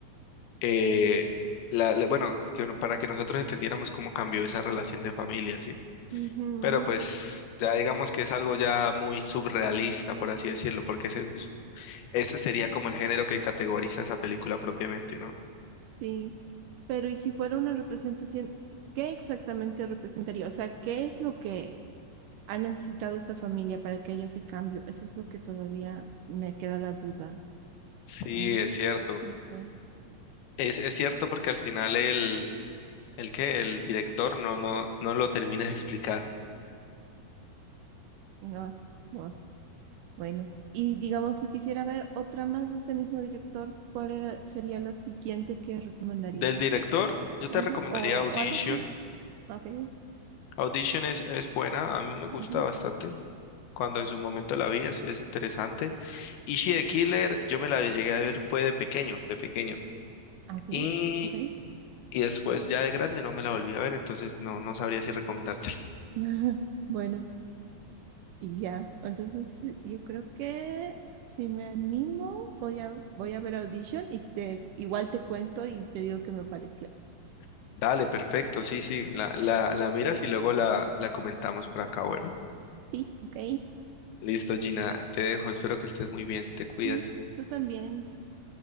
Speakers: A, on the left; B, on the right.
A: eh, la, la- bueno, que uno- para que nosotros entendiéramos cómo cambió esa relación de familia, ¿sí?
B: ujú.
A: Pero pues ya digamos que es algo ya muy surrealista por así decirlo, porque ese, es- ese sería como el género que categoriza esa película propiamente, ¿no?
B: Sí, pero ¿y si fuera una representación, qué exactamente representaría? O sea, ¿qué es lo que ha necesitado esta familia para que haya ese cambio? Eso es lo que todavía me queda la duda.
A: Sí,
B: Ah,
A: es cierto.
B: no sé.
A: Es, es cierto porque al final el, el que el director no, no, no lo termina de explicar.
B: No, no, bueno. Y digamos, si quisiera ver otra más de este mismo director, ¿cuál era, sería la siguiente que recomendaría?
A: Del director, yo
B: Ajá,
A: te recomendaría
B: o,
A: Audition.
B: o algo similar. Ok.
A: Audition es, es buena, a mí me gusta
B: ujú,
A: bastante. Cuando en su momento la vi, es, es interesante. Ishi the Killer, yo me la llegué a ver, fue de pequeño, de pequeño.
B: Así,
A: Y,
B: ok.
A: y después ya de grande no me la volví a ver, entonces no, no sabría si recomendártela.
B: <laughs> Bueno. Y Ya, entonces sí, yo creo que si me animo, voy a, voy a ver Audition y te, igual te cuento y te digo qué me pareció.
A: <laughs> Dale, perfecto, sí, sí, la, la, la miras y luego la, la comentamos por acá, bueno.
B: Sí, ok,
A: Listo, Gina, te dejo, espero que estés muy bien, te cuidas.
B: sí, tú también.